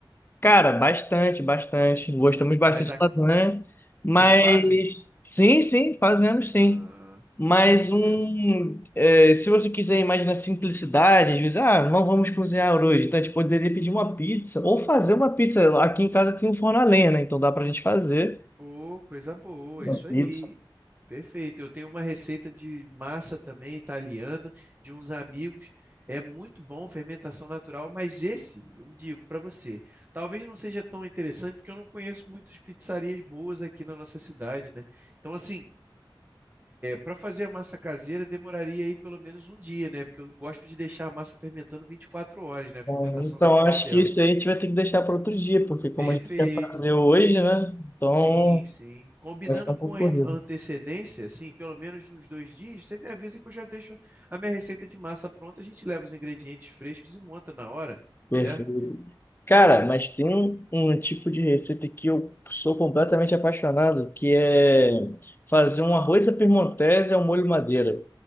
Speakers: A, on the left; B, on the right.
A: Cara, bastante, bastante. Gostamos bastante
B: Mas a-
A: de lasanha, mas
B: vocês fazem?
A: sim, sim, fazemos
B: Ah,
A: sim. Mas
B: tá certo.
A: um, é, se você quiser imaginar simplicidade, às vezes, ah, não vamos cozinhar hoje, então a gente poderia pedir uma pizza ou fazer uma pizza. Aqui em casa tem um forno a lenha, né? Então dá pra gente fazer
B: Ô, coisa boa,
A: uma
B: isso
A: pizza.
B: aí. Perfeito. Eu tenho uma receita de massa também italiana de uns amigos. É muito bom, fermentação natural, mas esse, eu digo para você, talvez não seja tão interessante porque eu não conheço muitas pizzarias boas aqui na nossa cidade, né? Então, assim, para fazer a massa caseira demoraria aí pelo menos um dia, né? Porque eu gosto de deixar a massa fermentando 24 horas, né? A fermentação
A: Bom, Então
B: natural
A: acho
B: dela.
A: que isso aí a gente vai ter que deixar para outro dia, porque como
B: Perfeito.
A: a gente quer fazer hoje, né? Então
B: Sim, sim. Combinando
A: vai ficar um
B: com
A: pouco
B: a
A: corrido.
B: et- a antecedência, assim, pelo menos nos dois dias, você me avisa que eu já deixo a minha receita de massa pronta. A gente leva os ingredientes frescos e monta na hora,
A: Perfeito.
B: certo?
A: Cara, mas tem um, um tipo de receita que eu sou completamente apaixonado, que é
B: Hum,
A: fazer um arroz à piemontese ao molho madeira.